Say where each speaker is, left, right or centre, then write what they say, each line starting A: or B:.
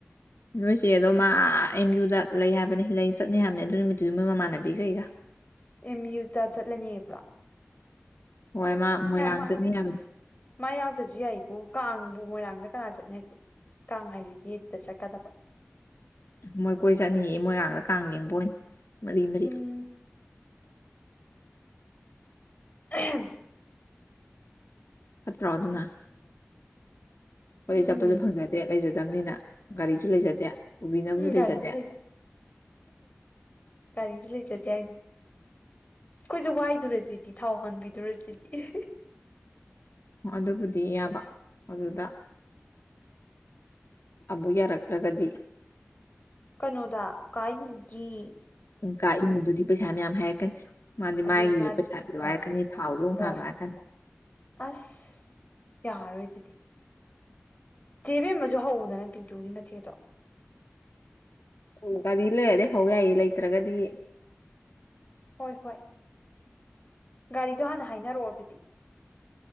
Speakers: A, on the left; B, on the left.
A: ꯅꯣꯏꯆ‌ꯦꯗꯣ ꯃꯥ ꯑꯦꯝ ꯌꯨꯗ ꯂꯩ ꯍꯥꯏꯕꯅꯤ ꯂꯩ ꯆꯠꯅꯤ ꯍꯥꯏꯕꯅꯤ ꯑꯗꯨ ꯅꯨꯃꯤꯠꯇꯨꯗꯤ ꯃꯣꯏ ꯃꯃꯥꯟꯅꯕꯤ ꯀꯩꯒ
B: ꯑꯦꯝ ꯌꯨꯗ ꯆꯠꯂꯅꯦ ꯍꯥꯢꯕ꯭ꯔꯣ
A: ꯍꯣꯏ ꯃꯥ ꯃꯣꯏꯔꯥꯡ
B: ꯃꯥ
A: ꯆꯠꯅꯤ ꯍꯥꯏꯕꯅꯤ
B: ꯃꯥ ꯌꯥꯎꯗ꯭ꯔꯁꯨ ꯌꯥꯏꯕꯨ ꯀꯥꯡꯕꯨ ꯃꯣꯏꯔꯥꯡꯗ ꯀꯅꯥ ꯆꯠꯅꯒꯦ ꯀꯥꯡ ꯍꯥꯏꯁꯤꯗꯤ ꯏꯗ <unintelligible> ꯆꯠꯀꯗꯕ
A: ꯃꯣꯏ ꯀꯣꯏ ꯆꯠꯅꯤꯌꯦ ꯃꯣꯏꯔꯥꯡꯗ ꯀꯥꯡ ꯌꯦꯡꯕ ꯑꯣꯏꯅ ꯃꯔꯤ ꯃꯔꯤ
B: ꯎꯝ ꯑꯍꯦꯝ <unintelligible>
A: ꯐꯠꯇ꯭ꯔꯣ ꯑꯗꯨꯅ ꯑꯩꯈꯣꯏꯗꯤ
B: ꯎꯝ
A: ꯆꯠꯄꯁꯨ ꯐꯪꯖꯗꯦ ꯂꯩꯖꯗꯕꯅꯤꯅ ꯒꯥꯔꯤꯁꯨ ꯂꯩꯖꯗꯦ ꯄꯨꯕꯤꯅꯕꯁꯨ
B: ꯎꯝ ꯒꯥꯔꯤꯁꯨ
A: ꯂꯩꯖꯗꯦ
B: ꯒꯥꯔꯤꯁꯨ ꯂꯩꯖꯗꯦ ꯍꯥꯏꯁꯦ ꯑꯩꯈꯣꯏꯁꯨ ꯋꯥꯏꯗꯨꯔꯁꯤꯗꯤ ꯊꯥꯎ ꯍꯟꯕꯤꯗꯨꯔꯗꯨꯗꯤ
A: ꯑꯗꯨꯕꯨꯗꯤ ꯌꯥꯕ ꯑꯗꯨꯗ ꯑꯕꯨ ꯌꯥꯔꯛꯇ꯭ꯔꯒꯗꯤ
B: ꯀꯅꯣꯗꯥ ꯀꯥꯏ ꯃꯨꯒꯤ
A: ꯀꯥ ꯏꯃꯨꯗꯨꯗꯤ ꯄꯩꯁꯥ ꯃꯌꯥꯝ ꯍꯥꯏꯔꯛꯀꯅꯤ ꯃꯥꯗꯤ
B: ꯑꯗꯨꯅꯤ
A: ꯃꯥꯒꯤꯁꯨ
B: ꯃꯥꯗꯤ
A: ꯄꯩꯁꯥ ꯄꯤꯔꯣ
B: ꯍꯣꯏ
A: ꯍꯥꯏꯔꯛꯀꯅꯤ ꯊꯥꯎꯁꯨꯡ
B: ꯍꯣꯏ
A: ꯑ‌ꯣꯛ ꯍꯥꯜꯂꯣ ꯍꯥꯏꯔꯛꯀꯅꯤ
B: ꯑꯁ ꯌꯥꯔꯣꯏ ꯑꯗꯨꯗꯤ ꯆꯦꯕꯦꯝꯃꯁꯨ ꯍꯧꯎꯗꯅ ꯄꯤꯟꯇꯨꯒꯤ ꯃꯆꯦꯗꯣ
A: ꯎꯝ ꯒꯥꯔꯤꯗꯨ ꯂꯩꯔꯗꯤ ꯍꯧ ꯌꯥꯏꯌ‌ꯦ ꯂꯩꯇ꯭ꯔꯒꯗꯤ
B: ꯍꯣꯏ ꯍꯣꯏ
A: ꯎꯝ
B: ꯒꯥꯔꯤꯗꯣ ꯍꯥꯟꯅ ꯍꯥꯏꯅꯔꯛꯑꯣ ꯑꯗꯨꯗꯤ